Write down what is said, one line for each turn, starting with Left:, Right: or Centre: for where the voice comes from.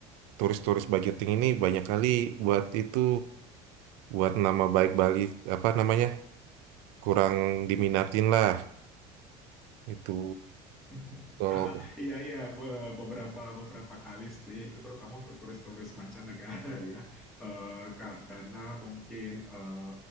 Right: turis-turis budgeting ini banyak kali buat itu buat nama baik Bali apa namanya kurang diminatin lah itu
Centre: <laughs>
Right: kalau
Centre: Iya, iya, be- beberapa beberapa kali sih, itu terutama untuk turis-turis mancanegara ya, Eh, karena mungkin eh,